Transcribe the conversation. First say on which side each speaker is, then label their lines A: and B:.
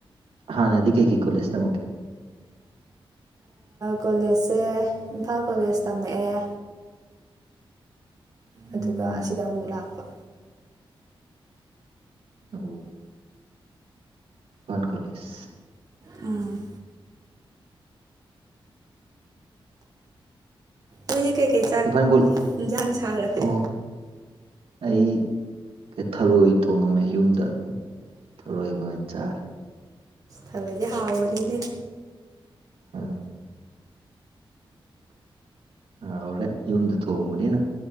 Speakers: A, on the right; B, on the right.
A: ꯍꯥꯅꯗꯤ ꯀꯩꯀꯤ ꯈꯣꯂꯁꯃꯦ
B: ꯀꯣꯂꯦꯖꯁꯦ ꯏꯝꯐꯥꯜ ꯀꯣꯂꯦꯖ ꯇꯝꯃꯛꯑꯦ ꯑꯗꯨꯒ
A: ꯎꯝ
B: ꯑꯁꯤꯗ ꯑꯃꯨꯛ ꯂꯥꯛꯄ
A: ꯑꯣ ꯀꯣꯂꯤꯁ
B: ꯎꯝ ꯃꯣꯏꯗꯤ ꯀꯩꯀꯩ ꯆꯥꯛ
A: ꯏꯝꯐꯥꯜ ꯀꯣ
B: ꯌꯦꯟꯁꯥꯡ ꯁꯥꯔꯒꯦ
A: ꯑꯣ ꯑꯩ ꯊꯔꯣꯏ ꯊꯣꯡꯉꯝꯃꯦ ꯌꯨꯝꯗ ꯊꯔꯣꯏꯒ ꯑꯣꯏꯅ ꯆꯥꯔꯦ
B: ꯊꯔꯣꯏꯗꯤ ꯍꯥꯎꯕꯅꯤꯅꯦ
A: ꯑ ꯍꯥꯎꯔꯦ ꯌꯨꯝꯗ ꯊꯣꯡꯕꯅꯤꯅ